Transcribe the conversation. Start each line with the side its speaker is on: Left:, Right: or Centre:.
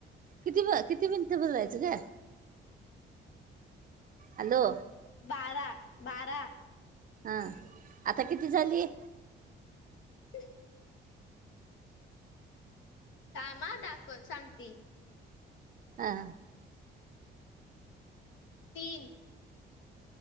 Right: किती ब -किती मिनिट बोलायचं ग? हॅलो
Left: बारा, बारा
Right: हा, आता किती झाली?
Left: <inaudible> थांब हा दाखव- सांगती.
Right: हा.
Left: तीन.